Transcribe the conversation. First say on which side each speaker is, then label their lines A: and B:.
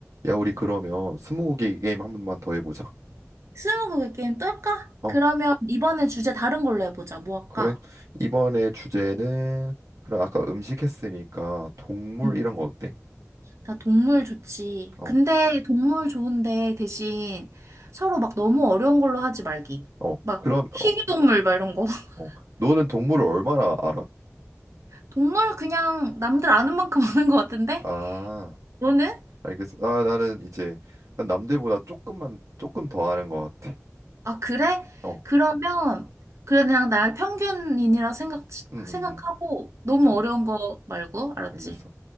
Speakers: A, on the right (about 85°); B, on the right (about 65°).
A: 야, 우리 그러면 스무고개 게임 한 번만 더 해보자.
B: 스무고개 게임 또 할까?
A: 어,
B: 그러면 이번에 주제 다른 걸로 해보자. 뭐 할까?
A: 그래. 이번에 주제는 그럼 아까 음식 했으니까 동물
B: 음.
A: 이런 거 어때?
B: 나 동물 좋지.
A: 어,
B: 근데 동물 좋은데 대신 서로 막 너무 어려운 걸로 하지 말기.
A: 어.
B: 막
A: 그럼
B: 희귀동물
A: 어,
B: 막 이런 거. <laughs>
A: 어. 너는 동물을 얼마나 알아?
B: 동물 그냥 남들 아는 만큼 <laughs> 아는 것 같은데?
A: 아,
B: 너는?
A: 알겠어. 아, 나는 이제 난 남들보다 조금만 조금 더 아는 것 같아.
B: 아, 그래?
A: 어,
B: 그러면 그냥 날 평균인이라 생각,
A: 음,
B: 생각하고
A: 음, 음.
B: 너무
A: 어,
B: 어려운 거 말고, 알았지?
A: 알겠어.